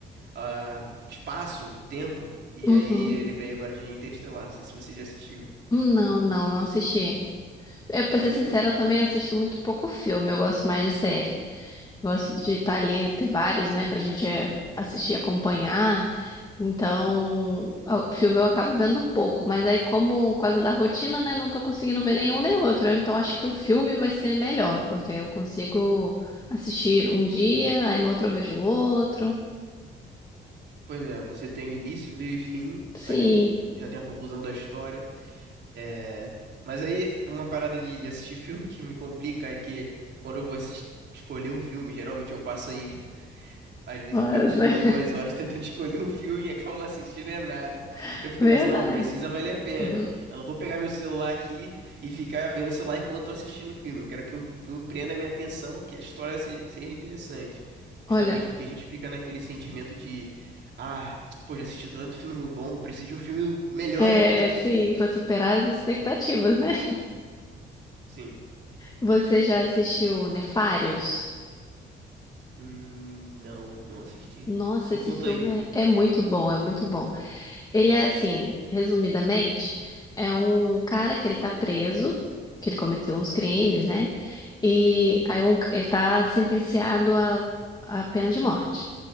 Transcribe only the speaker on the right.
ah, espaço, tempo, e
aí eu lembrei agora de Interestelar, não sei se você já assistiu.
Poxa,
Pois é, você tem o início, meio e fim
ali, já tem a conclusão da história. É... Mas aí, uma parada de, de assistir filme que me complica é que quando eu vou assis- escolher um filme, geralmente eu passo aí às vezes
eu perco
uma, duas horas <laughs> tentando escolher o filme e acabo não assistindo é nada.
Eu fico
nessa, não, precisa valer a pena.
Eu não vou pegar meu celular aqui e ficar vendo o celular enquanto tô assistindo o filme. Eu quero que o filme prenda a minha atenção, que a história se- seja interessante. Justamente
porque a gente fica naquele sentimento de, ah, pô, já assisti tanto filme bom, eu preciso de um filme melhor
ainda que,
sim.
Hum, não, não assisti.
Me
conta
aí,